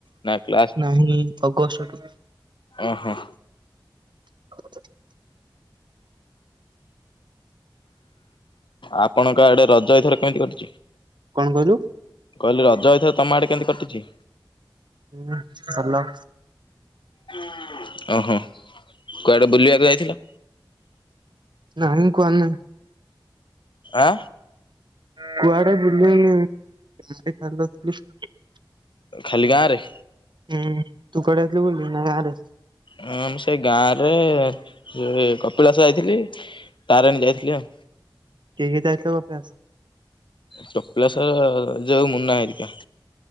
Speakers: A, on the left (about 75°); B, on the right (about 65°).
A: ନା କ୍ଲାସ
B: ନାହିଁ ଅଗଷ୍ଟଠୁ।
A: ଓହୋ
B: <inaudible>
A: ଆପଣଙ୍କ ଆଡେ ରଜ ଏଥର କେମିତି କଟିଛି?
B: କଣ କହିଲୁ?
A: କହିଲି ରଜ ଏଥର ତମ ଆଡେ କେମିତି କଟିଛି।
B: ହୁଁ ଭଲ।
A: <inaudible> ଓହଁ, କୁଆଡ଼େ ବୁଲିବାକୁ ଯାଇଥିଲ?
B: ନାଇନ୍ କୁହନା।
A: ଆ
B: କୁଆଡେ ବୁଲି <unintelligible>
A: ଖାଲି ଗାଁରେ।
B: ହୁଁ, ତୁ କୁଆଡେ ଯାଇଥିଲୁ ବୁଲି, ନା ଗାଁରେ?
A: ହଁ ମୁ ସେଇ ଗାଁରେ ସେ କପିଳାସ ଯାଇଥିଲି, ତାରିଣୀ ଯାଇଥିଲି, ଆଉ
B: କିଏ କିଏ ଯାଇଥିଲ ପାସ୍?
A: କପିଳାଶର ଯୋଉ ମୁନା ଘରିକା।